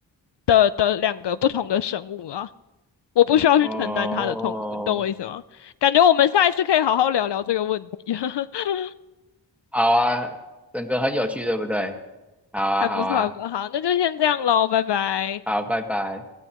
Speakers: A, on the left (about 70°); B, in the centre.
A: 的的两个不同的生物啊。我不需要去承担他的痛苦，
B: 哦，
A: 你懂我意思吗？感觉我们下一次可以好好聊聊这个问题，<laughs>
B: 好啊，整个很有趣，对不对？好啊，
A: 还不错，
B: 好啊，
A: 还不错。好，那就先这样喽，拜拜。
B: 好，拜拜。